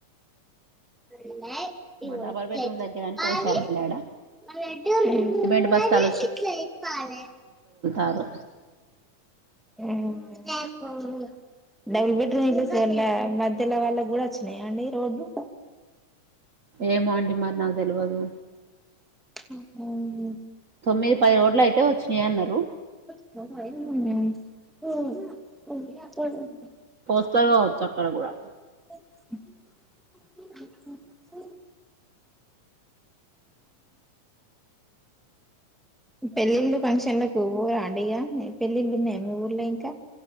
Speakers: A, in the centre; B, on the right.
A: <unintelligible>
B: మా డబల్ బెడ్రూమ్ దగ్గర అని పోశారండి ఆడ
A: <unintelligible>
B: సిమెంట్ బస్తాలు ఆరు
A: మ్మ్ డబుల్ బెడ్రూమ్ ఇల్లు సర్లే మధ్యలో వాళ్ళ కూడా వచ్చినాయా అండి రోడ్లు
B: ఏమో అండి మరి నాకు తెలువదు
A: <inaudible>
B: తొమ్మిది పది రోడ్లయితే వచ్చు ఏ అన్నారు
A: <inaudible>
B: వస్తది కావచ్చు అక్కడ కూడా
A: <inaudible> పెళ్లిళ్లు ఫంక్షన్లలకు పోరండి ఇగ పెళ్ళిళ్ళు ఉన్నాయా మీ ఊర్లో ఇంకా